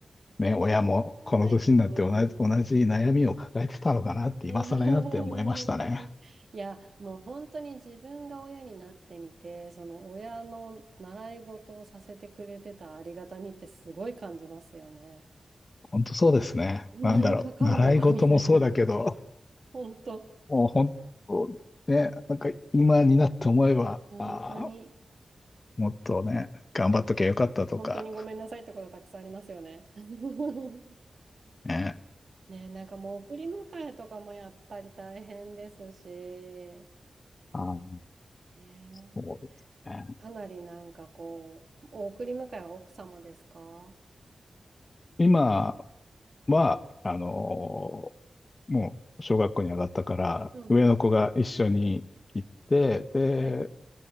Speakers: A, on the left; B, on the right.
A: ね、親もこの年になって同じ、
B: がない。う
A: 同じ悩みを抱えてたのかなって今更になって思いましたね。
B: ん。<laughs> いや、もう本当に自分が親になってみて、その親の習い事をさせてくれてたありがたみってすごい感じますよね。
A: 本当そうですね。
B: こんなにかかるのかみたいな。
A: なんだろう。習い事もそうだけど、
B: 本当。
A: もう本当ね、なんか今になって思えば、
B: 本当に、
A: あーもっとね、頑張っときゃよかったとか、
B: 本当にごめんなさいってことたくさんありますよね。<laughs>
A: ね。
B: ね、なんかもう送り迎えとかもやっぱり大変ですし、
A: あー
B: ね、
A: そうですね。
B: かなりなんかこう、お送り迎えは奥様ですか
A: 今は、あのーもう小学校に上がったから、
B: うんうん。
A: 上の子が一緒に行って、で、
B: はい。